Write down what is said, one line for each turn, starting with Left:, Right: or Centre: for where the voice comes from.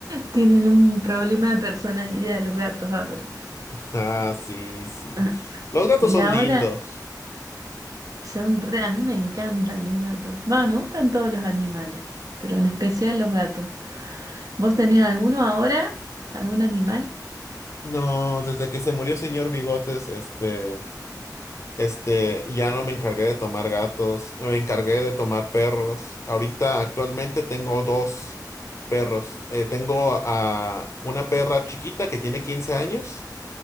Right: Tienen un problema de personalidad los gatos ahora.
Left: Ah, sí, sí.
Right: <laughs>
Left: Los gatos
Right: Y
Left: son
Right: ahora
Left: lindos.
Right: son re, a mí me encantan los gatos. Va, me gustan todos los animales, pero en especial los gatos. ¿Vos tenés alguno ahora? ¿Algún animal?
Left: No, desde que se murió señor Bigotes, este, este, ya no me encargué de tomar gatos, me encargué de tomar perros. Ahorita, actualmente tengo dos perros. Eh, tengo a una perra chiquita que tiene 15 años,